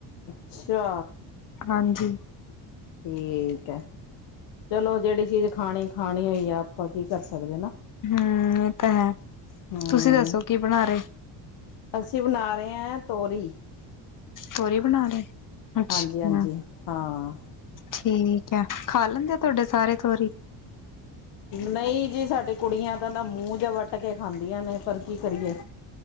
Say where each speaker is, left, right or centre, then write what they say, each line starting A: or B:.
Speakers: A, on the left; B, on the left.
A: ਅੱਛਾ
B: ਹਾਂਜੀ
A: ਠੀਕ ਹੈ। ਚਲੋ ਜਿਹੜੀ ਚੀਜ਼ ਖਾਣੀ ਖਾਣੀ ਹੋਈ ਐ, ਆਪਾਂ ਕੀ ਕਰ ਸਕਦੇ ਨਾ।
B: ਹੂ, ਇਹ ਤਾਂ ਹੈ
A: ਹਮ
B: ਤੁਸੀਂ ਦੱਸੋ ਕੀ ਬਣਾ ਰਹੇ।
A: ਅਸੀਂ ਬਣਾ ਰਹੇ ਐ, ਤੋਰੀ।
B: ਤੋਰੀ ਬਣਾ ਰੇ, ਅੱਛਾ
A: ਹਾਂਜੀ ਹਾਂਜੀ ਹਾਂ
B: ਠੀਕ ਹੈ, ਖਾ ਲੈਂਦੇ ਆ ਤੁਹਾਡੇ। ਸਾਰੇ ਤੋਰੀ
A: ਨਹੀਂ ਜੀ ਸਾਡੇ ਕੁੜੀਆਂ ਤੇ ਨਾ, ਮੂੰਹ ਜੇਹਾ ਵੱਟ ਕੇ ਖਾਂਦੀਆਂ ਨੇ ਪਰ ਕੀ ਕਰੀਏ।